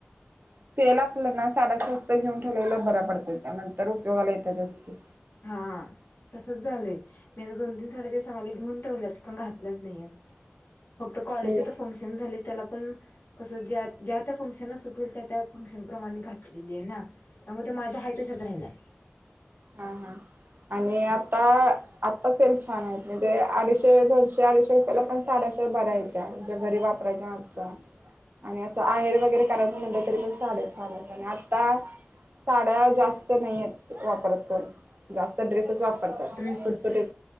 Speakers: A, on the right; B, on the left.
A: सेल असलं ना, साड्या स्वस्त घेऊन ठेवलेला बऱ्या पडतात त्या. त्यानंतर उपयोगाला येतते.
B: हा तसच झालंय. मी आता दोन तीन साड्या ते सांगले घेऊन ठेवल्यात पण - नाही. फक्त कॉलेजचे
A: मी
B: तर फंक्शन झाले त्याला पण- कस ज्या त्या फंक्शन सुट होत त्या त्या फंक्शन प्र्रमाणे घातलेली आहे ना? त्यामध्ये माझा <unintelligible> <unintelligible>
A: हा हा. आणि आता? आता सेल छान आहेत. म्हणजे अडीचशे दोनशे अडीचशे रुपयाला पण साड्या- <unintelligible> घरी वापरायच्या आजचा. आणि असं आहेर वगैरे करायचं म्हणलं तरी पण साध्याच साड्या छान होत आणि आता- साड्या जास्त नाही आहेत वापरत. पण जास्त ड्रेसेस वापरतात
B: ड्रेसच
A: सुटसुटीत.